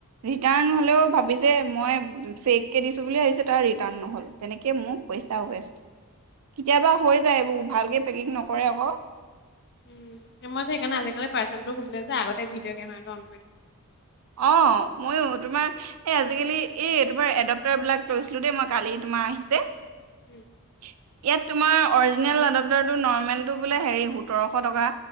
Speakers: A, on the right; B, on the left.
A: ৰিটাৰ্ণ হ'লেও ভাবিছে মই ফেক কে দিছো বুলি ভাবিছে। নহ'ল তেনেকে মোৰ পইচা ৱেষ্ট। কেতিয়াবা হৈ যায় এইবোৰ ভালকে পেকিং নকৰে আকৌ
B: উ মই যে সেইকাৰণে আজিকালি পাৰ্চেলবোৰ খোলোতে যে আগতে ভিডিঅ' কেমেৰাটো অন কৰি থও।
A: অ মইও তোমাৰ এই আজিকালি এই তোমাৰ এডপটাৰ বিলাক লৈছিলো দেই মই কালি তোমাৰ আহিছে
B: থওঁ
A: <unintelligible> ইয়াত তোমাৰ অৰিজিনেল এডপটৰটো নৰ্মেলটো বোলে হেৰি সোতৰশ টকা